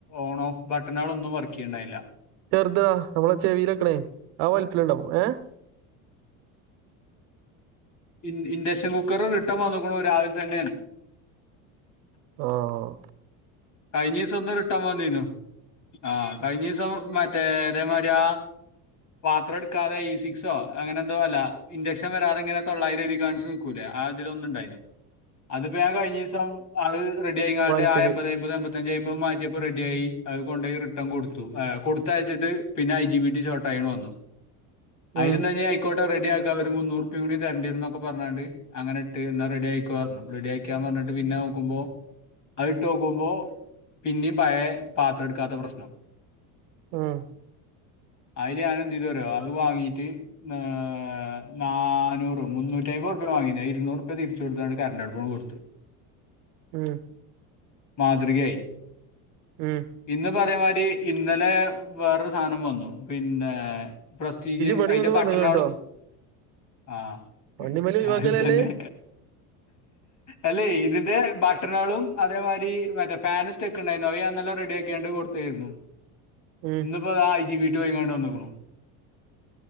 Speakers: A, on the left; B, on the right.
A: ഓൺ ഓഫ് ബട്ടണുകള ഒന്നും വർക്ക് ചെയ്യണ്ടായില്ല
B: ചെറുതടാ നമ്മളെ ചെവിയിലെക്കണേ ആഹ് വലുപ്പിലുണ്ടാവും ഏഹ്
A: ഇ ഇഡക്ഷൻ കുക്കറും ഇട്ടൻ വന്നുക്കണു രാവിലെ തന്നെ
B: ആഹ്
A: കഴിഞ്ഞ ദിവസം ഒന്ന് റിട്ടെൻ വന്നീന്നു ആഹ് കഴിഞ്ഞ ദിവസം മറ്റേ അതേമാരി ആഹ് പാത്രം എടുക്കാതെ ഇ സിക്സോ അങ്ങനെ എന്തോ അല്ല ഇൻക്ഷൻ വരാതെങ്ങനെ തൊള്ളായിര രതി കാണി കൂലെആതി ഒന്നുണ്ടായിരുന്നു അതിപ്പോ ഞാൻ കഴിഞ്ഞ ദിവസം അത് റഡി ആയിണ്ട്
B: വലിപ്പില്
A: ആഹ് അമ്പത അമ്പത് അമ്പത്തഞ്ചുമ്പോ മാറ്റിയപ്പോ റെഡി ആയി അത് കൊണ്ട റിട്ടൺ കൊടുത്തു കൊടുത്ത അയച്ചിട്ട് പിന്നെ ഐ ജിബി ഷോർട്ട്യ വന്നു അതിലുംതന്ന
B: ഉം
A: ഇക്കോട്ടെ റെഡിയാക്കൻ ഒരു മുന്നൂറപ്പൂണ്ട തരണ്ടിര എന്നൊക്കെ പറഞ്ഞണ്ട് അങ്ങനെ ഇട്ട് എന്നാ റെഡി ആയിക്ക പറഞ്ഞുറെഡി ആക്കിയാ പറഞ്ഞിട്ട് പിന്നെ നോക്കുമ്പോ അത് ഇട്ട് ക്കുമ്പോ പിന്ന പഴ പാത്രം എടുക്കാത്ത പ്രശ്നം
B: ഉം
A: അയില് ഞാന് എന്തെയ്തെന്നറിയി അത് വാങ്ങീട്ട് ഏ് നാനൂറ് മുന്നൂറ്റി അമ്പത് റുപ്യ വാങ്ങിയ ഇരുന്നൂറുപ്യ തിരിച്ച കൊടുത്തണ്ട് കറണ്ട് അടുപ്പണ് കൊടുത്ത്
B: ഉം
A: മാതൃകയായി
B: ഉം
A: ഇന്ന് ഇപ അതേമാതിരി ഇന്നലെ വേറൊരു സാധനം വന്നു പിന്നെ പ്രസ്റ്റീജ്
B: പണി
A: അതിന്റെ
B: ഒന്ന്
A: ബട്ടണോളും
B: വന്നു കേട്ടോ
A: ആഹ്
B: വണ്ടിമേലെ ഒഴിവാക്കലല്ലേ
A: ആയിൽ തന്നെ അല്ലെ ഇതിന്റെ ബട്ടണുകളും അതേമാതിരി ഇതി മറ്റേ ഫാന് സ്റ്റെക്കുണ്ടായിരുന്നു മറ്റേ റഡിയാക്കിണ്ട് കൊടുത്തേരുന്നു
B: ഉം
A: ഇന്നീ. ഇത ഐജി വീട്ട് പോങ്ങാണ്ട് വന്നക്കണു